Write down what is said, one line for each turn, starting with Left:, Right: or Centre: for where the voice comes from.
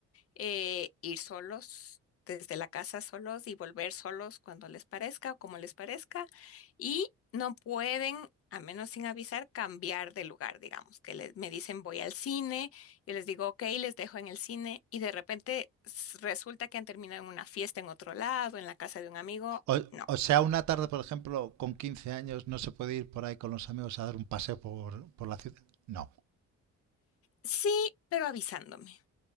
Left: eh, ir solos desde la casa solos y volver solos cuando les parezca o como les parezca. Y no pueden, a menos sin avisar, cambiar de lugar, digamos, que les, me dicen voy al cine, yo les digo ok, les dejo en el cine y de repente s- resulta que han terminado en una fiesta en otro lado, en la casa de un amigo.
Right: O,
Left: No.
Right: o sea, una tarde, por ejemplo, con 15 años, no se puede ir por ahí con los amigos a dar un paseo por, por la ciudad. No,
Left: Sí, pero avisándome.